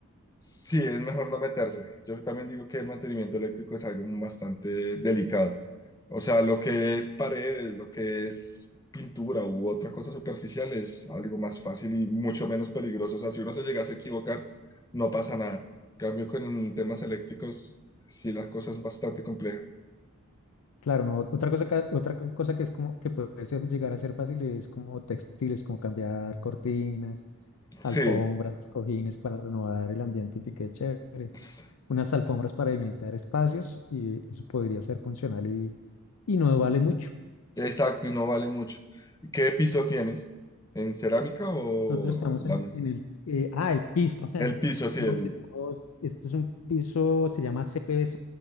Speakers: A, on the left; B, on the left.
A: Sí, es mejor no meterse. Yo también digo que el mantenimiento eléctrico es algo bastante delicado. O sea, lo que es paredes, lo que es pintura u otra cosa superficial es algo más fácil y mucho menos peligroso. O sea, si uno se llegase a equivocar, no pasa nada. En cambio, con temas eléctricos, sí, la cosa es bastante compleja.
B: Claro, no, otra cosa, ca- otra co- cosa que es como que puede ser- llegar a ser fácil es como textiles, como cambiar cortinas
A: Sí,
B: alfombras, cojines para renovar el ambiente y que quede chévere,
A: s-
B: unas alfombras para delimitar espacios y eso podría ser funcional y, y no vale mucho.
A: exacto, y no vale mucho. ¿Qué piso tienes? ¿En cerámica o
B: Nosotros estamos
A: lámina?
B: en, en el, eh, ah, el piso. <laughs>
A: El piso, sí,
B: No,
A: el...
B: tenemos, este es un piso, se llama CPVC,